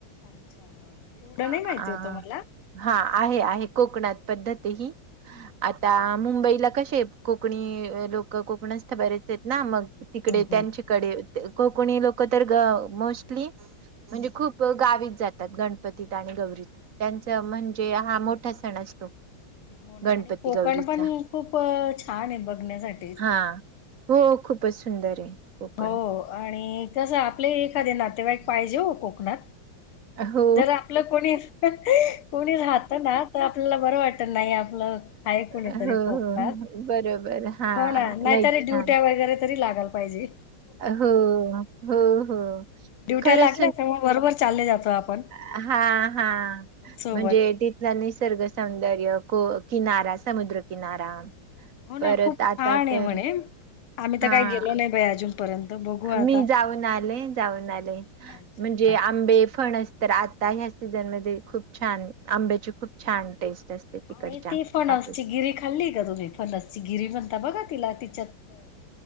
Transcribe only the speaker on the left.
अच्छा ह एवढं
नाही माहिती
होतं मला.
अच्छा
हा
हम्म
हम्म
हो ना
आणि कोकण
पण खूप छान आहे बघण्यासाठीच
हो आणि कसं आपले एखादे नातेवाईक पाहिजे हो कोकणात
जर आपलं कोणी कोणी राहत ना तर आपला बरं वाटत नाही आपलं आहे
कुणीतरी कोकणात
हो ना नाहीतरी
ड्युट्या वगैरे तरी लागाल. पाहिजे
ड्युट्या
लागल्या तर मग बरोबर चालले जातो आपण
सोबत.
हो ना
खूप छान
आहे
म्हणे आम्ही तर
काही गेलो नाही बाई अजूनपर्यंत बघू आता.
अच्छा
हा
आणि
ती फणस
ची गिरी खाल्ली का तुम्ही फणसची गिरी म्हणता बघा, तिला तिच्यात हा